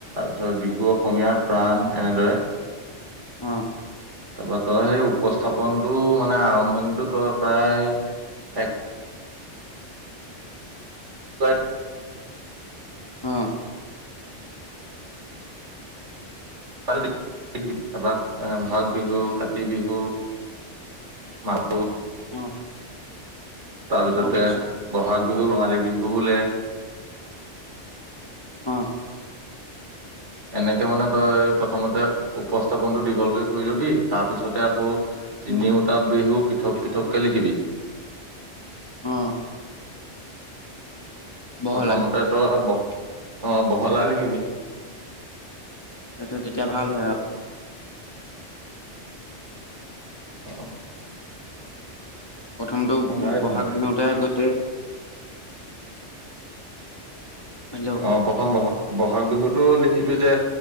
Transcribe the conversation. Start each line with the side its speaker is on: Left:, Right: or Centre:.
Right: তাৰ বিহু অসমীয়াৰ প্ৰাণ এনেদৰে।
Left: অঁ।
Right: তাৰপৰা তই সেই উপস্থাপনটো, মানে আৰম্ভণিটো, তই প্ৰায়, এক <unintelligible>
Left: অ'!
Right: <unintelligible> তাৰ পৰা বহাগ বিহু, কাতি বিহু, মা হু
Left: অ',
Right: তাৰপিছতে
Left: গম পাইছো
Right: ব'হাগ বিহু, ৰঙালী বিহু বোলে।
Left: অ'!
Right: এনেকে মানে, তই, প্ৰথমতে উপস্থাপনতটো দীঘলকে কৰি লবি। ‌ তাৰপিছতে আকৌ তিনিওটা
Left: উম,
Right: বিহু পৃথক, পৃথক কে লিখিবি।
Left: অ'! বহলাই
Right: প্ৰথমতে তই বহ অ' বহলাই লিখিবি।
Left: সেইটো তেতিয়া, ভাল হয় আৰু।
Right: অ'!
Left: প্ৰথমটো
Right: গাই
Left: বহাগ
Right: হোৱা নাই
Left: বিহুতেই আগতে হেল্ল'
Right: অ' প্ৰথম ব'হাগ ব'হাগ বিহুতো লিখিবি যে,